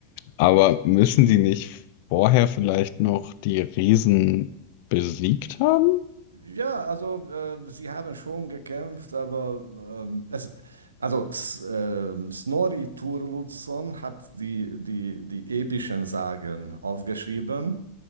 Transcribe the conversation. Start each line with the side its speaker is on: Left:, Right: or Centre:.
Left: Aber müssen die nicht vorher vielleicht noch die Riesen besiegt haben?
Right: Ja, also äh, sie haben schon gekämpft, aber ähm, es, also S ähm, Snorri Sturluson hat die, die, die epischen Sagen aufgeschrieben